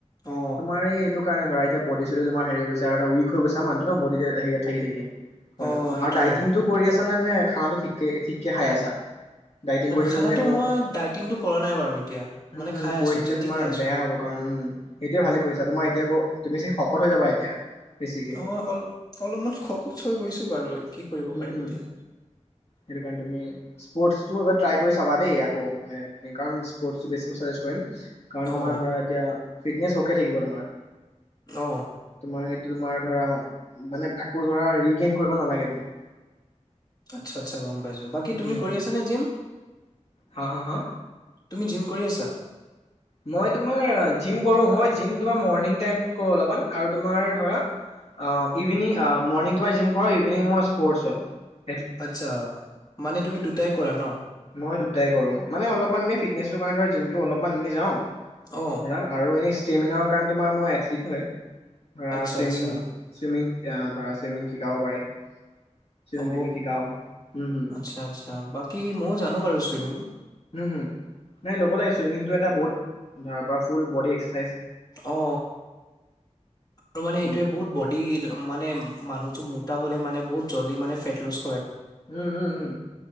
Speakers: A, on the left (about 30°); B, on the left (about 60°).
A: অ
B: তোমাৰ এই এইটো কাৰণে হয় এতিয়া বডি সেইটো তোমাৰ হেৰি হয় গৈছে, আৰু উইক হৈ গৈছে, মানুহটো ন বডি হে থাকি, থাকি হয়,
A: অ সেইটোয়ে
B: আৰু ডাইটিং টোও কৰি আছা নে নে? খানাটো ঠিকে ঠিককে খাই আছা? ডাইটিং কৰি থাকিলে
A: খানাটো
B: তুমি আকৌ
A: মই ডাইটিংটো কৰা নাই বাৰু এতিয়া মানে
B: উম হুম
A: খাই
B: কৰি
A: আছো
B: থাকিলে
A: যি টি
B: তোমাৰ
A: খাই আছো
B: বেয়া হ'ব কাৰণ উম সেইটোয়ে ভালে কৰিছা তোমাৰ এতিয়া আকৌ তুমি শকত হৈ যাবা এতিয়া বেছিকে
A: অ অল অলপমান শকত হৈ গৈছো বাৰু কি কৰিব
B: উম
A: পাৰিম
B: হম
A: এতিয়া
B: হেতু কাৰণে তুমি স্পৰ্টছ তোৰ বাবে ট্ৰাই কৰি চাবা দেই আকৌ মানে কাৰণ স্পৰ্টছ ও বেছি কৰিম কাৰণ
A: অ
B: তোমাৰ ধৰা এতিয়া ফিটনেচ অকে থাকিব তোমাৰ
A: অহ
B: তোমাৰ সেইটো তোমাৰ ধৰা মানে আকৌ ধৰা ৰিগেইন কৰিব নালাগে তুমি
A: আচ্ছা আচ্ছ গম পাইছো বাকি তুমি
B: উম
A: কৰি আছা নে জিম
B: হা হা হা
A: তুমি জিম কৰি আছা
B: মই তোমাৰ জিম কৰো মই জিম তোমাৰ মৰ্ণিং টাইম কৰো অলপমান আৰু তোমাৰ ধৰা ইভিনিং আ মৰ্নিং তোমাৰ জিম কৰো ইভিনিং মই স্পৰ্টছ ত
A: আচ্ছা মানে তুমি দুটাই কৰা ন
B: মই দুটাই কৰো মানে অলপমান ফিটনেচ তোৰ কাৰণ জিম টো অলপমান এনেই যাওঁ
A: অ
B: আৰু এনেই ষ্টেমিনাৰ কাৰণে তোমাৰ মোৰ এথলিট হয়। ধৰা
A: আচ্ছা
B: চোইমিং-চোইমিং
A: আচ্ছা
B: এ ধৰা চুইমিং শিকাব পাৰি। চুইমিং
A: অ
B: টুইমিং শিকাও হম হম
A: আচ্ছা-আচ্ছা বাকি ময়ো যা নো বাৰু ছুইমিং।
B: হোম, নাই ল'ব লাগে, চুইমিং টো এটা বহুত ধৰা পোৰা ফুল বডী এক্স সাইচ
A: অ আৰু মানে সেইটোৱে
B: উম
A: বহুত বডি মানে মানুহ মোটা হলে মানে বহুত জল্দি মানে ফেট লছ
B: উম-উম-উম